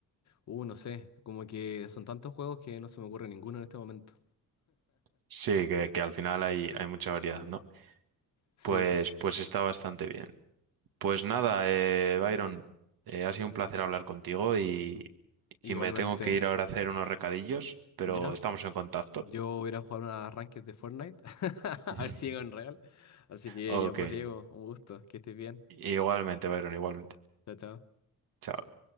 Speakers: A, on the left; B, on the right.
A: uh, no sé, como que son tantos juegos que no se me ocurre ninguno en este momento.
B: Sí, que, que al final hay, hay mucha variedad, ¿no?
A: Sí,
B: Pues, pues está bastante bien. Pues nada, eh, Byron, eh, ha sido un placer hablar contigo y, y
A: igualmente,
B: me tengo que ir ahora a hacer unos recadillos, pero
A: ya,
B: estamos en contacto.
A: yo voy a ir a jugar unas ranked de Fortnite, <laughs> a
B: <laughs>
A: ver si llego en real. Así que
B: Ok,
A: ya pues Diego, un gusto, que estés bien,
B: igualmente, Byron, igualmente.
A: chao, chao.
B: Chao.